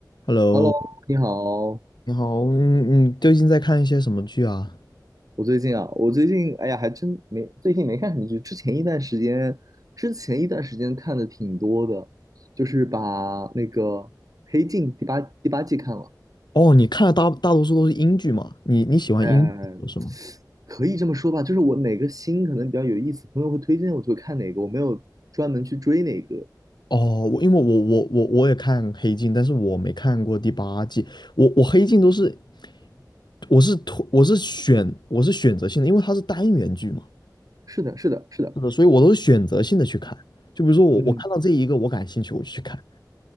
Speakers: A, on the left; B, on the right.
A: Hello，
B: Hello，你好。
A: 你好，嗯，你最近在看一些什么剧啊？
B: 我最近啊，我最近哎呀，还真没最近没看什么剧。之前一段时间，之前一段时间看的挺多的，就是把那个《黑镜》第八第八季看了。
A: 哦，你看的大大多数都是英剧嘛？你你喜欢英剧是吗？
B: 哎，可以这么说吧，就是我哪个新可能比较有意思，朋友会推荐我就会看哪个，我没有专门去追哪个。
A: 哦，我因为我我我我也看《黑镜》，但是我没看过第八季。我我《黑镜》都是我是突我是选我是选择性的，因为它是单元剧嘛，
B: 是的，是的，是的。
A: 是的，所以我都是选择性的去看。就比如说我我看到这一个我感兴趣，
B: 嗯，
A: 我就去看。